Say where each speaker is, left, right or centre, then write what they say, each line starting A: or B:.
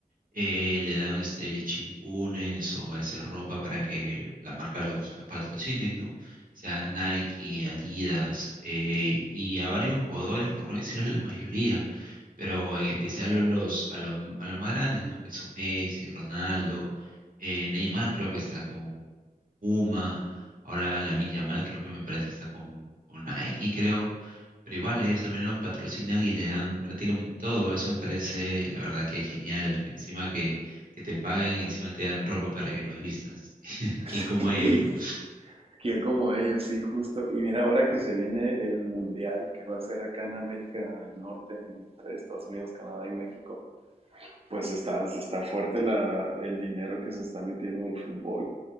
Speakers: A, on the right (about 65°); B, on the right (about 40°).
A: eh, le dan este chimpunes o a veces ropa para que las marcas los, las patrocinen, ¿no? O sea Nike, Adidas, eh, y a varios jugadores, por no <laughs> decirles la mayoría pero en especial a los, a los, a los más grandes, ¿no? Que son Messi, Ronaldo, eh, Neymar creo que está con Puma, ahora Lamine Yamal creo que me parece que está con, con Nike, creo, pero igual ellos también los patrocinan y le dan prácticamente todo, eso me parece la verdad que genial, que encima que, que te paguen, encima te dan ropa para que los vistas, <laughs>
B: <laughs>
A: quien como ellos, ¿no?
B: ¿Quién como ellos? Sí, justo. Y mira, ahora que se viene el mundial que va a ser acá en América del Norte, entre Estados Unidos, Canadá y México, pues está, está fuerte la, el dinero que se está metiendo el fútbol.